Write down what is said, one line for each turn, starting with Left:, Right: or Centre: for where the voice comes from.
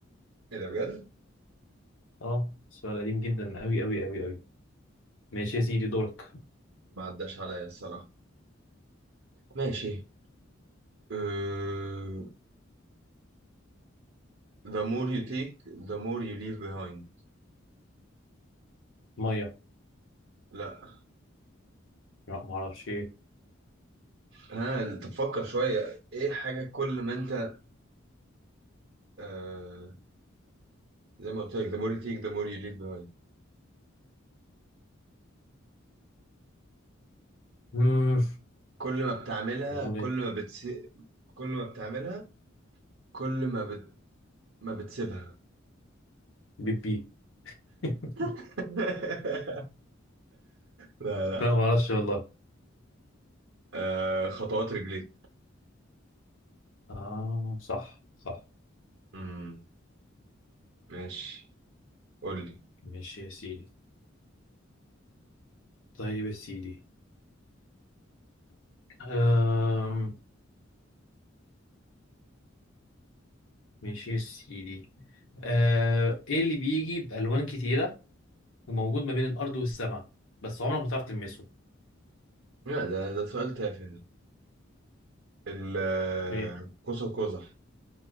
Right: <laughs> إيه ده بجد؟
Left: اه سؤال قديم جدا قوي قوي قوي قوي ماشي يا سيدي دورك
Right: ما عداش عليا الصراحة ماشي أه... The more you take the more you leave behind
Left: ميه
Right: لا
Left: لا ما اعرفش ايه
Right: ها تفكر شوية إيه حاجة كل ما أنت أه... زي ما قلت لك the more you take the more you leave behind
Left: مم،
Right: كل ما بتعملها
Left: ده مولد
Right: كل ما بتس... كل ما بتعملها كل ما بت... ما بتسيبها
Left: بيبي <laughs>
Right: <laughs> لا لا
Left: لا ما اعرفش والله
Right: أه... خطوات رجليك
Left: اه صح صح
Right: امم ماشي قول لي
Left: ماشي يا سيدي طيب يا سيدي أم... ماشي يا سيدي أه... ايه اللي بيجي بألوان كتيرة وموجود ما بين الأرض والسماء بس عمرك ما تعرف تلمسه
Right: لا ده ده سؤال تافه ده القوس
Left: ايه
Right: قزح